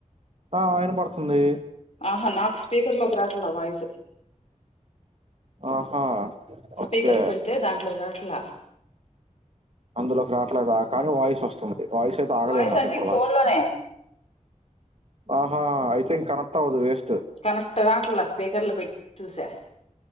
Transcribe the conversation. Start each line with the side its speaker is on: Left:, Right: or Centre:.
Right: ఆ ఆయన పడుతుంది
Left: ఆహా నాకు స్పీకర్ లోకి రాటడా వాయిస్
Right: ఆహా
Left: స్పీకర్లు
Right: ఓకే.
Left: పెడితే దాంట్లో ఒక రాట్లా
Right: అందులోకి రాట్లేదుా కానీ వాయిస్ వస్తుంది వయి సత ఆగలేద
Left: వాయిస్
Right: నాకప్పుడదా
Left: అంటే ఇక ఫోన్ లోనే
Right: ఆహా ఐ థింక్ కనెక్ట్వుదు వేస్ట్
Left: కనెక్ట్ కాట్లా స్పీకర్లు పెట్టి చూసా